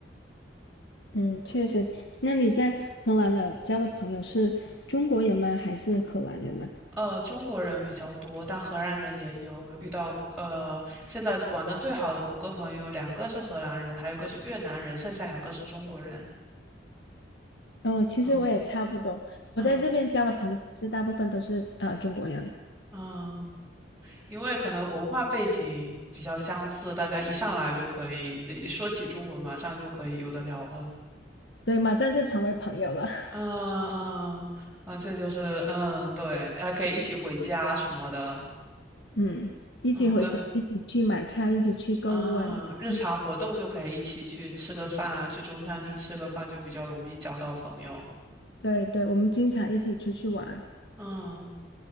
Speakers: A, on the left; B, in the centre.
A: 嗯，确实。那你在荷兰的交的朋友是中国人吗？还是荷兰人呢？
B: 呃，中国人比较多，但荷兰人也有遇到。呃，现在玩的最好的五个朋友，两个是荷兰人，还有一个是越南人，剩下两个是中国人。
A: 哦，其实我也差不多，
B: 嗯
A: 我在这边交的朋友是大部分都是啊、
B: 嗯
A: 呃中国人，
B: 嗯，因为可能文化背景比较相似，大家一上来就可以，呃一说起中文，马上就可以有的聊了。
A: 对，马上就成为朋友了。
B: 嗯嗯，嗯啊，这就是嗯，对，还可以一起回家什么的。
A: 嗯，一起回家，
B: 嗯，跟
A: 一起去买菜，一起去购物啊，
B: 嗯，
A: 一起去
B: 日常活动就可以一起去吃个饭啊，去中餐厅吃个饭就比较容易交到朋友。
A: 对对，我们经常一起出去玩。
B: 嗯，